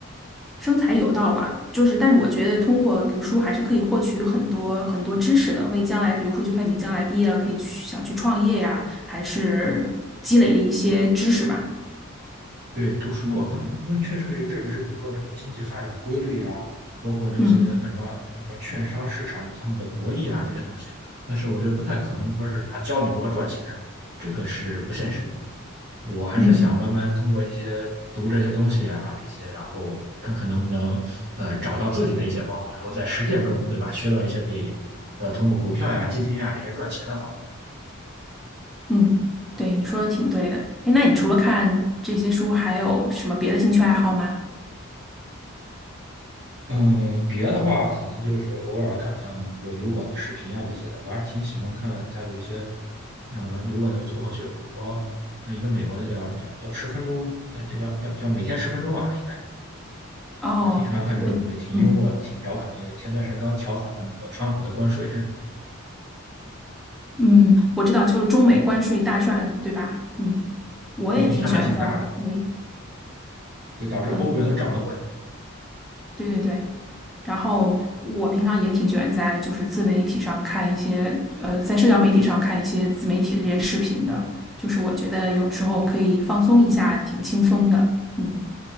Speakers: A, in the centre; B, on the right.
A: 生财有道吧，就是，但是我觉得通过读书还是可以获取很多很多知识的，为将来，比如说，就算你将来毕业了，可以去想去创业呀，还是积累了一些知识吧。
B: 对，读书我跟我们确实可以认知，比如说这个经济发展的规律啊，包括这些呃什么什么券商市场他们的博弈啊这些东西。
A: 嗯
B: 但是我觉得不太可能说是他教你如何赚钱，这个是不现实的。我还是想慢慢通过一些读这些东西啊，
A: 嗯
B: 这些，然后看看能不能呃找到自己的一些方法，然后在实践中，对吧，学到一些可以呃通过股票呀、基金呀这些赚钱的方法。
A: 嗯，对，你说的挺对的。哎，那你除了看这些书，还有什么别的兴趣爱好吗？
B: 嗯，别的话可能就是偶尔看看，比如说油管的视频啊这些的，我还是挺喜欢看他有一些嗯油管的脱口秀，比如说那一个美国的叫叫叫十分钟，呃，这叫叫叫每天十分钟吧，应该。是。
A: 哦，
B: 我还挺喜欢看这种，
A: 我嗯
B: 对，挺幽默，挺调侃，因为前段时间刚调侃了那个川普的关税。
A: 嗯，我知道，就是中美关税大战，对吧？嗯，我也挺喜欢在美，
B: 对，影响还挺大的，对，导致欧元都涨了不少。
A: 嗯，对对对。然后我平常也挺喜欢在就是自媒体上看一些，呃，在社交媒体上看一些自媒体的这些视频的，就是我觉得有时候可以放松一下，挺轻松的。嗯